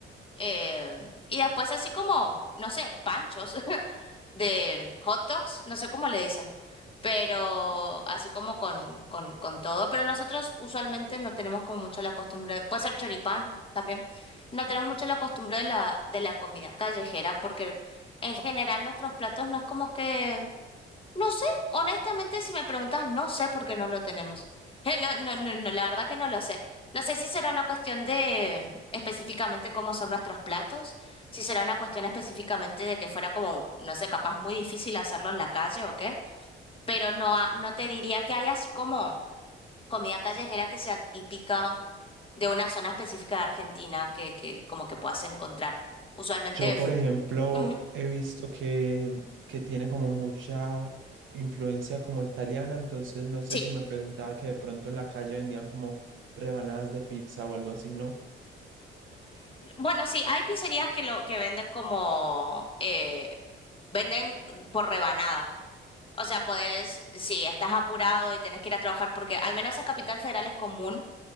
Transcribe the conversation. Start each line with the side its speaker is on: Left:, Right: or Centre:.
Left: Eh, y después así como, no sé, panchos, <laughs> de hot dogs, no sé cómo le dicen, pero así como con, con, con todo. Pero nosotros usualmente no tenemos como mucho la costumbre, puede ser choripán también, no tenemos mucho la costumbre de la, de la comida callejera, porque en general nuestros platos no es como que no sé, honestamente, si me preguntas, no sé por qué no lo tenemos. Eh, no, no, no, no, la verdad que no lo sé. No sé si será una cuestión de mm, específicamente cómo son nuestros platos, si será una cuestión específicamente de que fuera como, no sé, capaz muy difícil hacerlo en la calle o qué, pero no, ha- no te diría que hay así como comida callejera que sea típica de una zona específica de Argentina que, que como que puedas encontrar. Usualmente,
Right: Yo,
Left: f-
Right: por ejemplo,
Left: ujú,
Right: he visto que, que tiene como mucha influencia como italiana, entonces no sé
Left: sí.
Right: si me preguntaba que de pronto en la calle vendían como rebanadas de pizza o algo así, ¿no?
Left: Bueno, sí, hay pizzerías que lo que venden como eh, venden por rebanada. O sea, podés, si estás apurado y tenés que ir a trabajar, porque al menos en Capital Federal es común